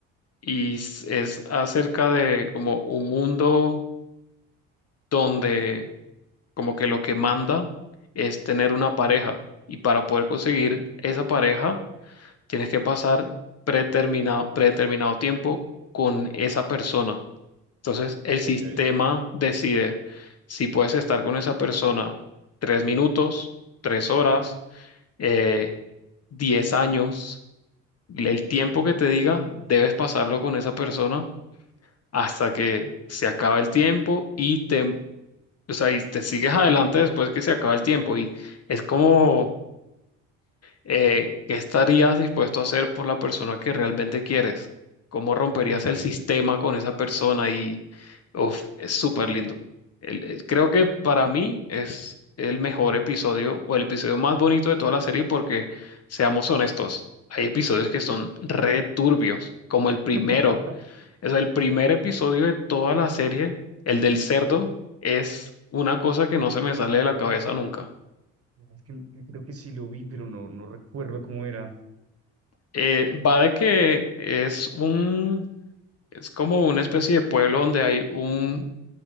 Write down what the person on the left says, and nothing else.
y s- es acerca de como un mundo donde como que lo que manda es tener una pareja. Y para poder conseguir esa pareja tienes que pasar predeterminado, predeterminado tiempo con esa persona. Entonces, el sistema
decide si puedes estar con esa persona tres minutos, tres horas, eh, diez años. El tiempo que te diga, debes pasarlo con esa persona hasta que se acabe el tiempo y te, o sea, y te sigues adelante después que se acaba el tiempo. Y es como eh, ¿qué estarías dispuesto a hacer por la persona que realmente quieres? ¿Cómo romperías
el sistema con esa persona? Y uf, es súper lindo. El- el- creo que para mí es el mejor episodio o el episodio más bonito de toda la serie porque, seamos honestos, hay episodios que son re turbios, como el primero.
O sea, el primer episodio de toda la serie, el del cerdo, es una cosa que no se me sale de la cabeza nunca
eh, va de que es un Es como una especie de pueblo donde hay un,